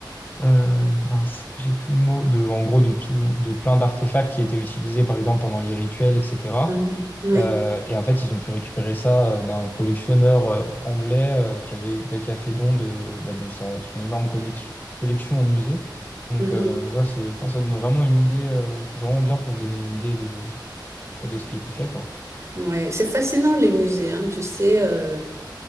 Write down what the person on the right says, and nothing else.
Mhm. Oui.
Mhm.
Ouais. C'est fascinant les musées, hein. Tu sais, euh,